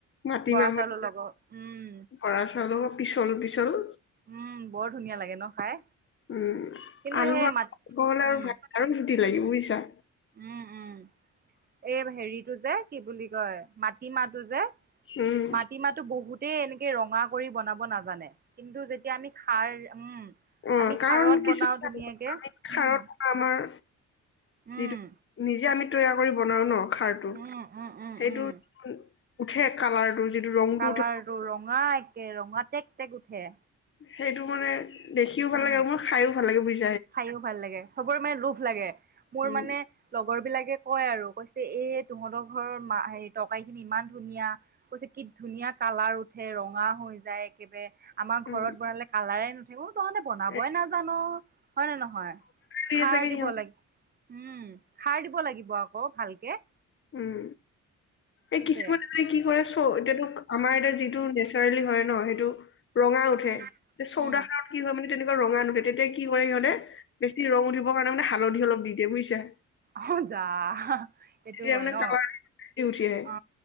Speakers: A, on the left; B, on the right.
A: মাটিমাহৰ
B: বৰা চাউলৰ
A: <unintelligible>
B: লগত উম
A: বৰা চাউলৰ পিছল-পিছল
B: উম বৰ ধুনীয়া লাগে ন খাই।
A: উম
B: কিন্তু
A: আলু
B: সেই
A: <unintelligible>
B: মাত উম
A: আৰু চুটি লাগিব বুইছা।
B: উম-উম এই হেৰিটো যে কি বুলি কয় মাটিমাহটো যে
A: উম
B: মাটিমাহটো বহুতেই এনেকে ৰঙা কৰি বনাব নাজানে। কিন্তু যেতিয়া আমি খাৰ উম।
A: উম
B: আমি
A: কাৰণ
B: খাৰত
A: কিছু
B: বনাও
A: <unintelligible>
B: ধুনীয়াকে
A: খাৰত
B: উম
A: বা আমাৰ
B: উম
A: যিটো নিজে আমি তৈয়াৰ কৰি বনাও ন। খাৰটো
B: উম উম উম
A: সেইটো
B: উম
A: উঠে কালাৰটো। যিটো ৰংটো
B: কালাৰ
A: উঠে
B: টো ৰঙা একে ৰঙা টেক টেক উঠে।
A: সেইটো মানে দেখিও ভাল
B: উম
A: লাগে আৰু মোৰ খাইও ভাল লাগে বুজি
B: খাইও ভাল লাগে চবৰে মানে লোভ লাগে, মোৰ
A: উম
B: মানে লগৰ বিলাকে। কয় আৰু কৈছে এয়ে তহঁতৰ ঘৰৰ হেৰি তৰকাৰীখিনি ইমান ধুনীয়া কৈছে কি ধুনীয়া কালাৰ উঠে ৰঙা হৈ যায় একেবাৰে। আমাৰ ঘৰত
A: উম
B: বনালে কালাৰে নুঠে মই তহতে বনাবই
A: এই
B: নাজানো। হয়নে নহয়।
A: দিয়ে
B: খাৰ
A: চাগে
B: দিব
A: সিহঁত
B: লাগে উম খাৰ দিব লাগিব আকৌ ভালকে
A: উম!
B: সেইটোৱে
A: এই কিছুমান এই কি কৰে চ এতিয়াতো আমাৰ এতিয়া যিটো নেচাৰেলি হয় ন সেইটো ৰঙা উঠে,
B: উম
A: চৌদাহাৰত
B: উম
A: কি হয় মানে তেনেকুৱা ৰঙা নঠ। তেতিয়া কি কৰে সিহঁতে, বেছি ৰং উঠিবৰ কাৰণে মানে হালধি অলপ দি দিয়ে বুজিছা।
B: হ যা। সেইটো
A: তেতিয়া
B: হয়
A: মানে
B: ন
A: কালাৰ বেছি উঠি আহে
B: অ